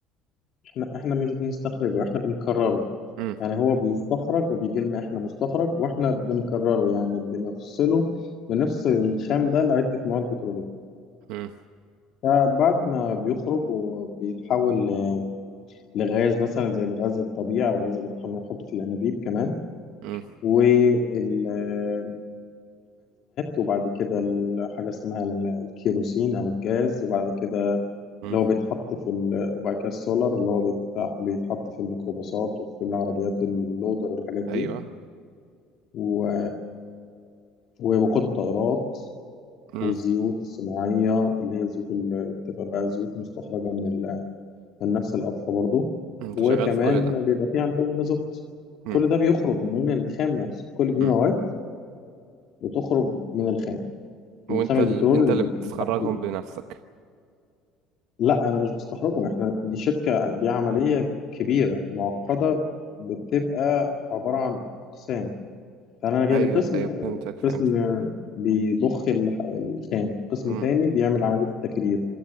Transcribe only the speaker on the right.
امم
امم
امم
امم
ايوه
امم
امم. انت
شغال في كل ده
امم
امم
وانت
ال... انت
اللي بتخرجهم
بنفسك
مم.
ايوه
ايوه فهمتك فهمتك
امم